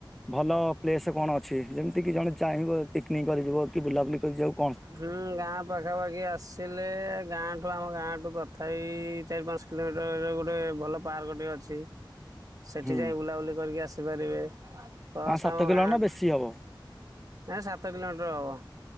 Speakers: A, in the centre; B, on the right.
A: ଭଲ ପ୍ଲେସ୍ କଣ ଅଛି? ଯେମିତିକି ଜଣେ ଚାହିଁବ ପିକନିକ୍ କରିଯିବ କି ବୁଲାବୁଲି କରିିଯାଉ।
B: ହୁଁ ଗାଁ ପାଖାପାଖି ଆସିଲେ। ଗାଁଠୁ ଆମ ଗାଁଠୁ ତଥାପି ଚାରି ପାଞ୍ଚ କିଲୋମିଟର ଗୋଟେ ଭଲ ପାର୍କ ଟେ ଅଛି। ସେଠି
A: ହୁଁ
B: ଯାଇ ବୁଲାବୁଲି କରିକି ଆସିପାରିବେ। ପ୍ଳସ୍
A: ପାଞ୍ଚ ସାତ
B: ଆମ
A: କିଲୋ
B: ଗାଁ
A: ନା ବେଶୀ ହବ
B: ଏ ସାତ କିଲୋମିଟର ହବ।